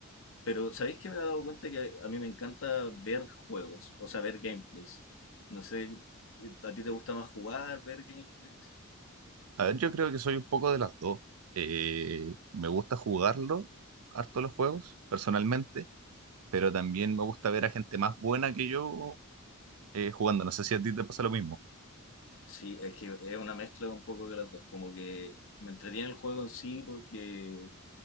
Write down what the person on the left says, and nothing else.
Pero ¿sabéis que me he dado cuenta que a mí me encanta ver juegos, o sea, ver gameplays? No sé, ¿a ti te gusta más jugar, ver gameplays?
Sí, es que es una mezcla un poco de las dos, como que me entretiene el juego en sí porque